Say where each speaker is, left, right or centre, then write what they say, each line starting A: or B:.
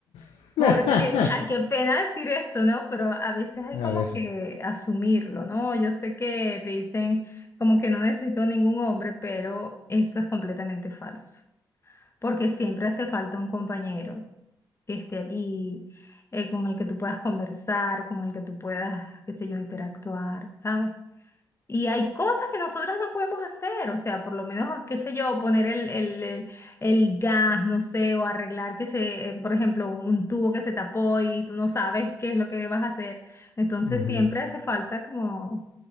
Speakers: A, on the left (about 80°); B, on the left (about 30°).
A: <laughs>
B: Porque,
A: a
B: ay, qué pena decir esto, ¿no? Pero a veces hay
A: ver.
B: como que asumirlo, ¿no? Yo sé que te dicen como que no necesito ningún hombre, pero eso es completamente falso, porque siempre hace falta un compañero que esté allí, eh, con el que tú puedas conversar, con el que tú puedas, qué sé yo, interactuar, ¿sabes? Y hay cosas que nosotras no podemos hacer, o sea, por lo menos, qué sé yo, poner el, el, el- el gas, no sé, o arreglar que se, eh, por ejemplo, un tubo que se tapó y tú no sabes qué es lo que vas a hacer. Entonces
A: ujú.
B: siempre hace falta como